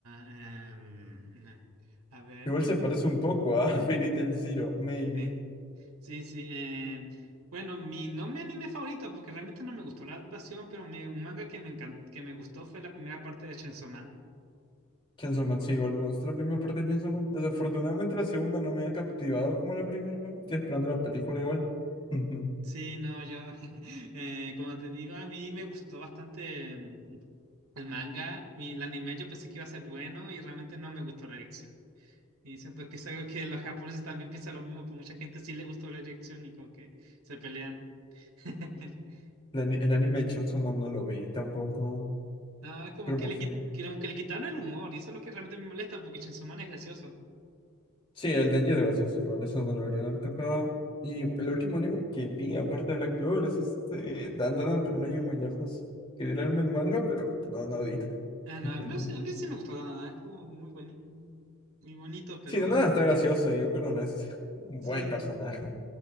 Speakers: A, on the right (about 80°); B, on the left (about 25°).
A: em, eh, a ver,
B: Igual
A: ¿qué-
B: se parece un poco a <laughs> Fairy Tail Zero, maybe.
A: sí. Sí, sí. eh, bueno, mi no mi anime favorito, porque realmente no me gustó la adaptación, pero me- un manga que me encan- que me gustó fue la primera parte de Chainsaw Man.
B: Chainsaw Man, sí, igual me gustó la primera parte de Chainsaw Man. Desafortunadamente la segunda no me ha captivado como la primera. Estoy esperando la película igual. Ujú.
A: Sí, no, yo, <laughs> eh, como te digo, a mí me gustó bastante mm, el manga, y el anime yo pensé que iba a ser bueno y realmente no me gustó la dirección. Y siento que es algo que los japoneses también piensan lo mismo, pero mucha gente sí le gustó la dirección y como que se pelean. <laughs>
B: El, ani- el anime de Chainsaw Man no lo vi tampoco,
A: No, como
B: pero
A: que
B: me gustaría.
A: le, quit- como que le quitaron el humor y eso es lo que realmente me molesta porque Chainsaw Man es gracioso.
B: Sí, el Denji es gracioso igual, eso no lo deberían haber tocado. Y el último anime que vi, aparte de Black Clover, es este Dan Dan, Dan, pero no llegué muy lejos. Quería leerme el manga, pero no, no vi
A: Ah, no,
B: <laughs>
A: a mí, sí- a mí sí me gustó la nada, estuvo muy boni- muy bonito, pero
B: Sí, no, nada, está gracioso. Yoko no es un
A: sí,
B: buen personaje.